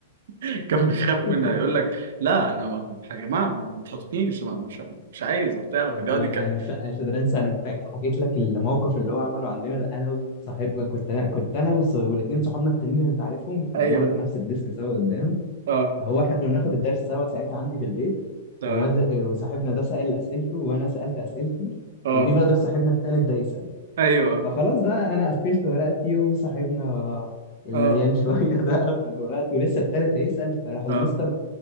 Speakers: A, on the right; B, on the left.
A: <laughs> كان بيخاف
B: <laughs>
A: منها يقول لك لا انا ما يا جماعه ما تحطنيش ما- مش مش عايز وبتاع وكان
B: يا ابني
A: يقعد يك-
B: انا مش مش قادر انسى انا فاك- حكيت لك الموقف اللي هو عمله عندنا ده انا وصاحب كنت انا كنت انا والص- والاتنين صحابنا التانيين اللي انت عارفهم كنا
A: ايوه
B: بنقعد في نفس الديسك سوا قدام
A: اه
B: فهو احنا كنا بناخد الدرس سوا ساعتها عندي في البيت
A: تمام
B: ومز... وصاحبنا ده سأل اسئلته وانا سألت اسئلتي
A: اه
B: وجي بقى دور صاحبنا التالت ده يسأل
A: ايوه
B: فخلاص بقى انا قفلت ورقتي وصاحبنا المليان
A: اه
B: <laughs> شويه ده قفل ورقته لسه التالت هيسال فراح المستر
A: اه